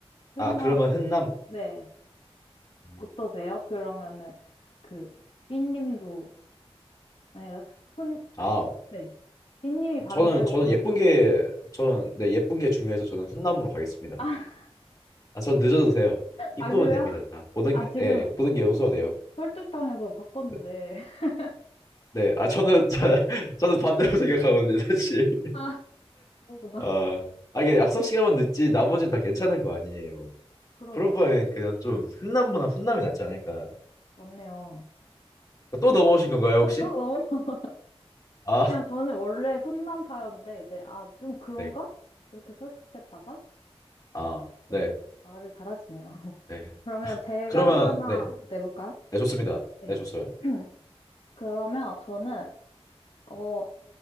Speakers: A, on the left (about 70°); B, on the left (about 35°).
A: 흔한,
B: 아, 그러면 훈남.
A: 네.
B: 음.
A: 어떠세요? 그러면은 그, 삐님도, 아니, 흔,
B: 아,
A: 네. 삐님이 반대로
B: 저는, 저는
A: 고른,
B: 예쁜 게, 저는, 네, 예쁜 게 중요해서 저는 훈남으로 가겠습니다.
A: 아,
B: 아, 전 늦어도 돼요. 이쁘면
A: 아, 그래요?
B: 됩니다. 모든
A: 아,
B: 게,
A: 지금
B: 예, 모든 게 용서가 돼요.
A: 설득당해서 바꿨는데.
B: 네,
A: <laughs>
B: 네. 아, 저는, <laughs> 저는 반대로 생각하거든요, 사실.
A: 아, 그러구나.
B: 아, 아, 이게 약속 시간만 늦지 나머지는 다 괜찮은 거 아니에요.
A: 그러네요.
B: 그럴 바엔 그냥 좀 훈남보다 훈남이 낫지 않을까.
A: 맞네요.
B: 또 넘어오신 건가요,
A: 아,
B: 혹시?
A: 또 너무, <laughs>
B: 아,
A: 그냥 저는 원래 훈남파였는데, 이제, 아, 좀 그런가?
B: 네.
A: 이렇게 설득됐다가,
B: 아, 네.
A: 네. 말을 잘하시네요.
B: 네.
A: 그러면 제가
B: 그러면
A: 하나
B: 네.
A: 내볼까요?
B: 네, 좋습니다.
A: 네.
B: 네, 좋습니다.
A: <clears throat> 그러면 저는, 어,